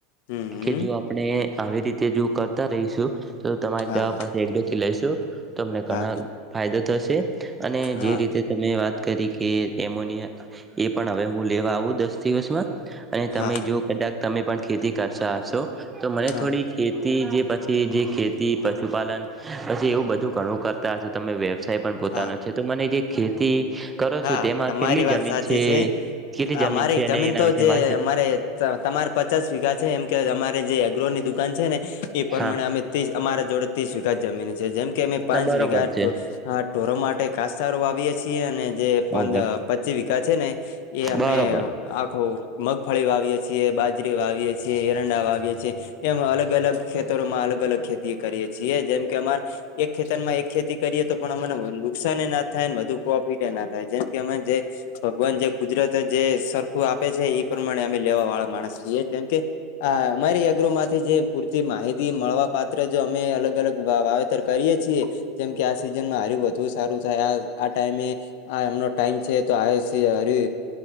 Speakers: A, on the left (about 70°); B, on the right (about 15°).
A: હમ
B: કે જો આપણે આવી રીતે જો કરતા રહીશું તો તમારી
A: હા
B: દવા
A: હા
B: પાસે એકડથી લઈશું તમને
A: હા
B: ઘણા ફાયદા થશે અને
A: હા
B: જે રીતે તમે વાત કરી કે એમોનિયા એ પણ હવે હું લેવા આવું દ દ દિવસમાં અને
A: હા
B: તમે જો કદાક તમે પણ ખેતી કરતા હશો તો મને
A: હા
B: થોડી ખે. જે પછી જે ખેતી પશુપાલન પછી એવું બધું ઘણું કરતા હ. તમે વ્યવસાય પણ પોતાનો
A: હા
B: છે તો મને જે ખેતી. કરો
A: હા
B: છો તેમાં
A: તમારી
B: કેટલી
A: વાત
B: જમીન
A: સાચી છે.
B: કેટલી
A: હ મારી
B: છે અને
A: જમીન
B: એના
A: તો
B: વિશે
A: જે
B: માહિતી
A: મારે તમારે. પચાસ વીઘા છે એમ કે અમારે જે અગ્રોની દુકાન છે ને એ પ્રમાણે
B: હા
A: અમે્રી અમારા જોડે. સ્વીખત જમીની છે જેમ. કે અમે પાંચ
B: ના બરોબર
A: વીઘા
B: છે
A: ટોરો માટે કાસારો વાવીએ છીએ અને. જે પચી
B: ઓકે
A: વિકા છે ને એ
B: બરોબર
A: અમને. આખું મગફળી વાવીએ છીએ બાજરી વાવીએ છીએ એરંડા વાવીએ છીએ. એમ અલગ અલગ ખેતરો માં અલગ અલગ ખેતી કરીે છીએ જેમ કે અમારે. એક ખેતર માં એક ખેતી કરીએ તો પણ અમને નુકસાન એ ના થાય ને વધુ પ્રોફિટ ના થાય. જનકેમજે <inaudible> <unintelligible> ભગવાન જે કુદરત જે સરખું આપે છે એ પ્રમાણે અમે લેવા વાળા માણસ છીએ જેમ કે. હ અમારી યાગ્ર માંથી જે પૂરતી માહિતી મળવા પાત્ર જો અમે અલગ અલગ વાવેતર. કરીએ છીએ જેમ કે આ સિઝનમાં હાર વધુ સારું થાય આ આ ટાઈમે. આ એમનો ટાઈમ છે તો આ છે હરે